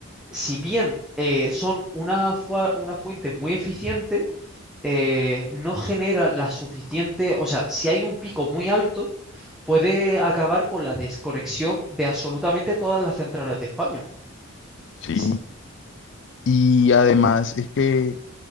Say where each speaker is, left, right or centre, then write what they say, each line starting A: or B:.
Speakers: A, in the centre; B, on the left.
A: si bien eh, son una, fua- una fuente muy eficiente, eh, no genera la suficiente, o sea, si hay un pico muy alto, puede acabar con la desconexión de absolutamente todas las centrales de España.
B: Sí.
A: Sí,
B: Y además es que